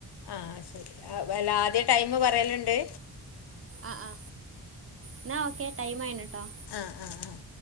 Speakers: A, on the left (about 70°); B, on the right (about 30°).
A: ആഹ ശരി അല്ല ആദ്യം ടൈമ് പറയല്ണ്ട്.
B: ആ ആ ന്നാ ഓക്കെ ടൈമായിന് ട്ടോ.
A: ആ ആ ആഹ്